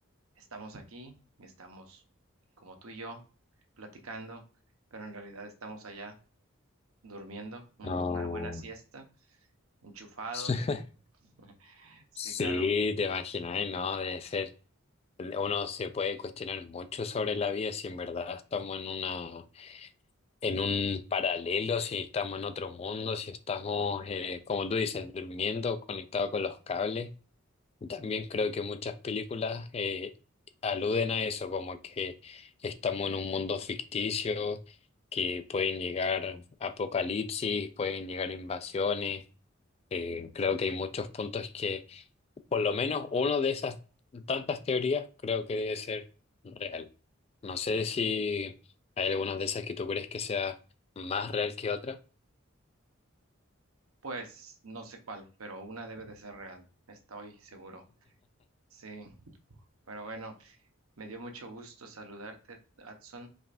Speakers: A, on the right (about 90°); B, on the left (about 30°).
A: Estamos aquí, estamos como tú y yo platicando, pero en realidad estamos allá durmiendo una
B: No.
A: buena siesta, enchufados.
B: <laughs>
A: <laughs> Sí,
B: Sí,
A: claro.
B: te imaginas, ¿no? Debe ser. Uno se puede cuestionar mucho sobre la vida si en verdad estamos en una, en un paralelo, si estamos en otro mundo, si estamos, eh, como tú dices, durmiendo, conectados con los cables. También creo que muchas películas eh, aluden a eso, como que estamos en un mundo ficticio, que pueden llegar apocalipsis, pueden llegar invasiones. Eh, creo que hay muchos puntos que por lo menos una de esas tantas teorías creo que debe ser real. No sé si hay algunas de esas que tú crees que sea más real que otra.
A: Pues no sé cuál, pero una debe de ser real. Estoy seguro. Sí, pero bueno. Me dio mucho gusto saludarte, Adson.